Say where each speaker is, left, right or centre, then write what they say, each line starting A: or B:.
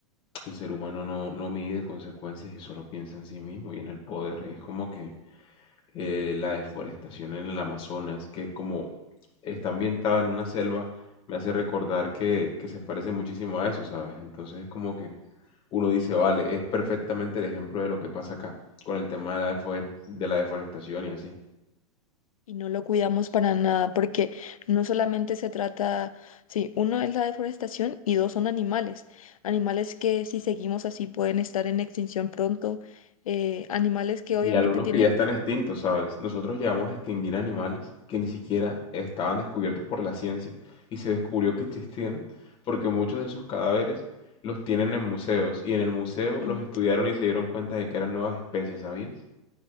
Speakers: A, on the left; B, on the left.
A: El ser humano no, no mide consecuencias y solo piensa en sí mismo y en el poder. Y es como que eh, la deforestación en el Amazonas, que como está ambientada en una selva, me hace recordar que, que se parece muchísimo a eso, ¿sabes? Entonces es como que uno dice, vale, es perfectamente el ejemplo de lo que pasa acá con el tema de la, deforest- de la deforestación y así.
B: Y no lo cuidamos para nada, porque no solamente se trata, sí, uno es la deforestación y dos son animales. Animales que si seguimos así pueden estar en extinción pronto. eh, animales que obviamente
A: Y algunos
B: tienen,
A: que ya están extintos, ¿sabes? Nosotros llegamos a extinguir animales que ni siquiera estaban descubiertos por la ciencia y se descubrió que existían porque muchos de esos cadáveres los tienen en museos y en el museo
B: imagínate,
A: los estudiaron y se dieron cuenta de que eran nuevas especies, ¿sabías?